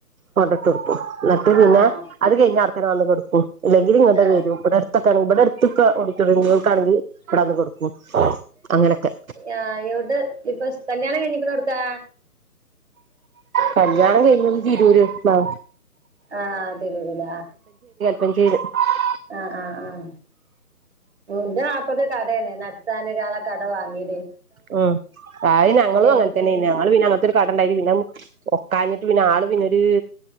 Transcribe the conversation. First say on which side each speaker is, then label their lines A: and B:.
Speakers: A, on the right; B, on the right.
A: കൊണ്ടട്ട കൊടുക്കും എന്നിട്ട്
B: ആഹ്
A: പിന്നെ അത് കഴിഞ്ഞ അനെ വന്ന് കൊടുക്കും ഇല്ലങ്ക ഇങ്ങളടെ
B: ആഹ്
A: വരും ഇവിടെടുൊക്കെങ്ക ഇവിടെടുൊെ ഓഡിോിയൾാണെങ്കിൽ ഇവിടെ വന്ന് കൊടുക്കും അങ്ങനൊക്കെ
B: ആ് എവിടെ ഇപ്പൊ കല്യാണ എഞ്ഞിക്കണ കൊടുക്കാ
A: കല്യാണം കഴിഞ്ഞ തിരൂര് ആ
B: ആഹ തിരുതില
A: പഞ്ങ്കേ <unintelligible>
B: ആഹ ആഹ് ആഹ ഇന്റെ ആപ്പൊക്ക കടയന്നെ നത്താൻ ഒരാളെ കട വാങ്ങി
A: ഉം അത് ഞങ്ങളും
B: എടേ
A: അങ്ങനെത്തന്നെ
B: കൂടി
A: ഞങ്ങള് പിന്നെ അങ്ങനത്തെൊ ഒരു കടണ്ടായി പിന്ന ഒക്കാഞ്ഞിട്ട് പിന്നെ ആള് പിന്നെൊരു